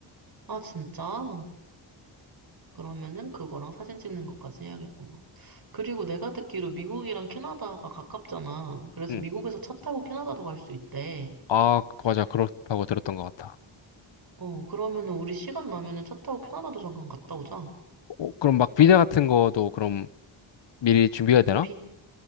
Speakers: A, on the right; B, on the left.
A: 아, 진짜? 그러면은 그거랑 사진 찍는 것까지 해야겠구만. 그리고 내가 듣기로 미국이랑 캐나다가 가깝잖아. 그래서
B: 응.
A: 미국에서 차 타고 캐나다도 갈 수 있대.
B: 아, 맞아. 그렇다고 들었던 것 같아.
A: 어, 그러면은 우리 시간 나면은 차 타고 캐나다도 잠깐 갔다 오자.
B: 어, 그럼 막 비자 같은 거도 그럼 미리 준비해야
A: 음,
B: 되나?
A: 비,